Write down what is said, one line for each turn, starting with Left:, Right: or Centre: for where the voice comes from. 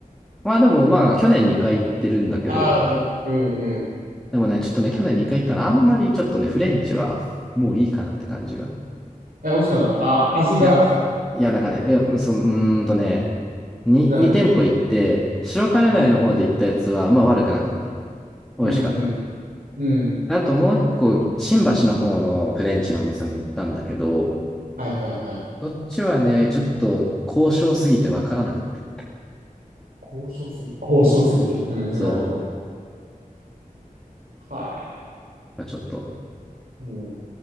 Centre: まあでもまあ去年2回行ってるんだけど、
Right: ああ、でも、うんうん。
Centre: でもね、ちょっとね、去年2回行ったらあんまりちょっとね、フレンチはもういいかなって感じが。
Right: え、惜しくなかった。ああ、味が飽きた。
Centre: いや、いやなんかね、いや、うその、うーんとね、2、
Right: 2回目行くと。
Centre: 2店舗行って、白金台の方で行ったやつはまあ悪くなかった。
Right: はいはい。
Centre: 美味しかった。
Right: うんうん。うん。
Centre: あともう一個、新橋の方のフレンチのお店も行ったんだけど、
Right: はいはいはい。
Centre: どっちはね、ちょっと高渉すぎてわからなかった。
Right: 交渉すぎて。交渉すぎて。うん、
Centre: そう。
Right: <laughs> なるほど。は
Centre: まあ、ちょっと、
Right: い。うん。